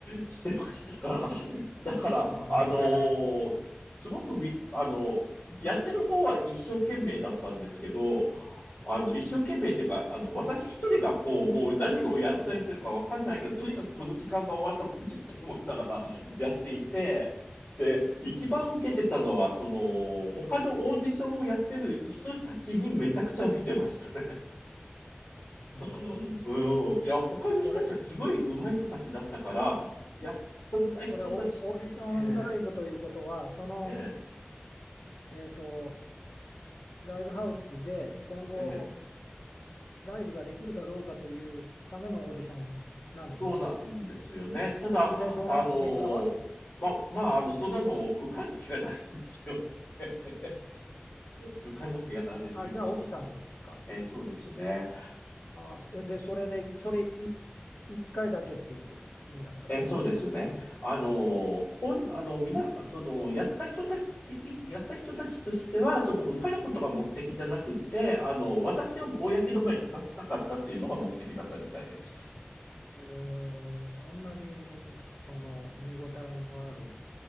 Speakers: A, on the left; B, on the left.
A: してましたから、<laughs>
B: 面白い、
A: だから、
B: 面白いライブです。
A: あのーすごくびっ、あのやってる方は一生懸命だったんですけど、あの、一生懸命っていうか、あの、私一人がこう、もう何をやらされてるかわかんないけど、とにかくこの時間が終わってほしいと思いながら <laughs> やっていて、で、一番受けてたのは、その、他のオーディションをやってる人たちにめちゃくちゃ受けてましたね。
B: えー
A: <laughs> うん。いや、他の人たちはすごい上手い人たちだったから、
B: それ、
A: いや、こんな人たち、
B: それをオーディションライブということは、
A: ええ
B: その、
A: ええ
B: えーと、ライブハウスで今後
A: え
B: ライブができるかどうかというためのオーディションなんでしょ
A: えそうなんですよね。ただ、
B: で、どうなっ、
A: あの、
B: 結果は
A: ま、まあ、あの、そんなの受かる気がないんですよ。<laughs> 受かるわけがないですよ、
B: あ、じゃあ落ちたんですか。
A: そんなの。えーそうですね。
B: あ、そで、それで、それい1回だけっていうことになったんです。
A: えーそうですね。あの、本、あの、みな、その、やった人たち的、やった人たちとしては、その、受かることが目的じゃなくて、あの、私を公の場に立たせたかったっていうのが目的だったみたいです。
B: えーそんなにその見応えのある